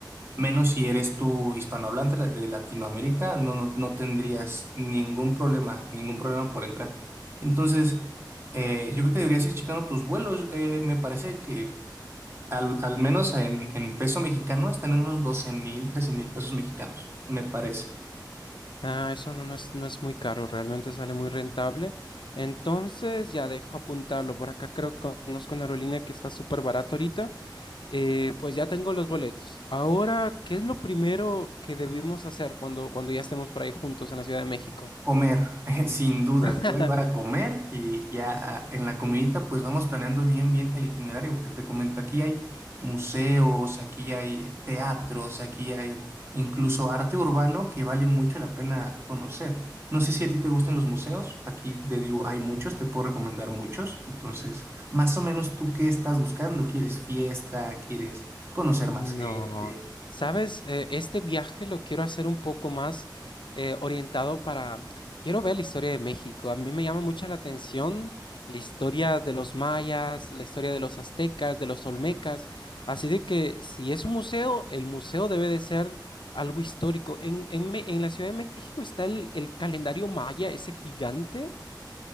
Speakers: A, on the right; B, on the left.
A: menos si eres tú hispanohablante la- de Latinoamérica, no, no, no tendrías ningún problema, ningún problema por entrar. Entonces, eh, yo creo que deberías ir checando tus vuelos. Eh, me parece que Al, al menos en, en peso mexicano están en unos doce mil, trece mil pesos mexicanos, me parece.
B: Ah, eso no, no es, no es muy caro, realmente sale muy rentable. Entonces ya dejo apuntarlo. Por acá creo que conozco una aerolínea que está súper barata ahorita. Eh, pues ya tengo los boletos. Ahora, ¿qué es lo primero que debemos hacer cuando, cuando ya estemos por ahí juntos en la Ciudad de México?
A: Comer, <laughs> sin duda,
B: <laughs>
A: te voy a llevar a comer y ya ah, en la comidita pues vamos planeando bien, bien el itinerario, porque te comento, aquí hay museos, aquí hay teatros, aquí hay incluso arte urbano que vale mucho la pena conocer. No sé si a ti te gustan los museos, aquí te digo, hay muchos, te puedo recomendar muchos, entonces, más o menos tú qué estás buscando, ¿quieres fiesta? ¿Quieres conocer
B: No,
A: más gente?
B: sabes, Eh, este viaje lo quiero hacer un poco más eh, orientado para, quiero ver la historia de México. A mí me llama mucho la atención la historia de los mayas, la historia de los aztecas, de los olmecas. Así de que si es un museo, el museo debe de ser algo histórico. En, en Me- en la Ciudad de México está el, el calendario maya, ese gigante.